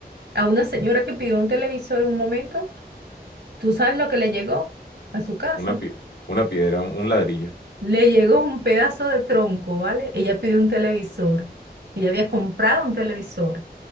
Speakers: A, on the right; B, on the left.
A: a una señora que pidió un televisor en un momento, ¿tú sabes lo que le llegó a su casa?
B: una, pie- una piedra, un, un ladrillo.
A: Le llegó un pedazo de tronco, ¿vale? Ella pidió un televisor. Ella había comprado un televisor